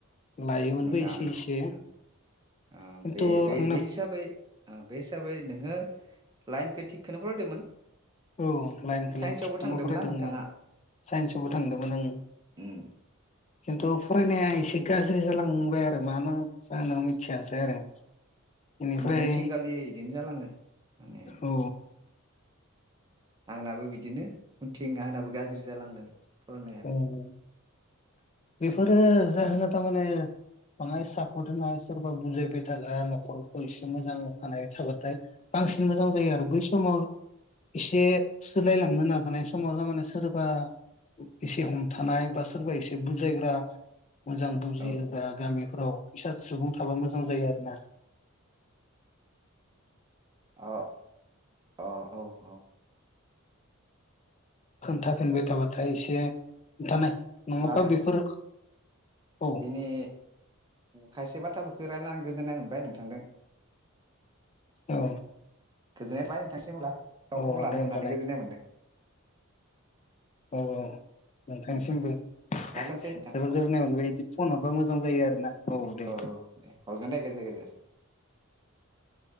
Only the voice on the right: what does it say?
मोजाङानोमोन
ओ
बे हिसाबै बे हिसाबै नोङो लाइनखो थिगखौनो फरायदोंमोन।
साइन्सआवबो
थांदोंमोनना
नोंथाङा
उम,
उनथिंगालि इदिनो जालाङो माने
आंनाबो बिदिनो उनथिं आंनाबो गाज्रि जालांदों।
फरायनाया
औ
<inaudible> अ औ औ।
अब्ला
दिनै खायसे बाथ्राफोरखौ रायलायनानै गोजोननाय मोनदों बाय नोंथांदों
गोजोननाय थाबाय नोंथांनिसिम अब्ला
खबर लानो
मोननानै गोजोननाय मोन्दों
लाखिथ'सै नोंथां
औ दे हरगोन दे गेजेर गेजेर